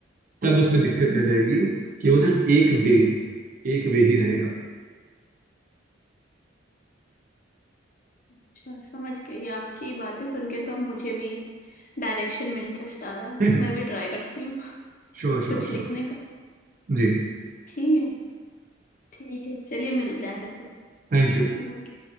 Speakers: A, on the right; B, on the left.
A: तब उसमें दिक्कत आ जाएगी कि वो सिर्फ एक वे एक वे ही रहेगा
B: अच्छा, समझ गई आपकी बातें सुन के तो अब मुझे भी डायरेक्शन में इंटरेस्ट आ रहा है
A: <laughs>
B: मैं भी ट्राई करती हूँ <laughs>
A: Sure sure
B: कुछ
A: sure
B: लिखने का
A: जी
B: ठीक है ठीक है चलिए मिलते हैं फिर कब
A: Thank you
B: ओके